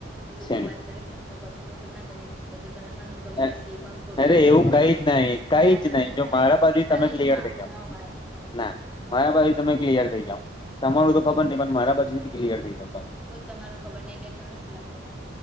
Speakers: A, in the centre; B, on the left.
A: પી
B: હોય
A: બઉુ વાત કરીશ ને તો ક તો હું તમને ગમી જઈશ ક તો તમે માન ગમી
B: છે
A: જશે એ પણ ફોટો
B: અરે
A: જોયા
B: એવું
A: વગર
B: કઈ જ નહી કઈ
A: એના
B: જ
A: કરતા
B: નહી જો
A: છે ને
B: મારા બાજુ
A: ખાલી
B: તમે ક્લિયર
A: માપ
B: થઈ જાવ
A: મા વાત કરો.
B: ના મારા બાજુથી તમે ક્લિયર થઈ જાવ તમારું તો ખબર નહી પણ મારા પછી થી ક્લિયર થઈ જાવ તમે.
A: ઓ તમાર ખબર નય એટલે તમને શું લાગે.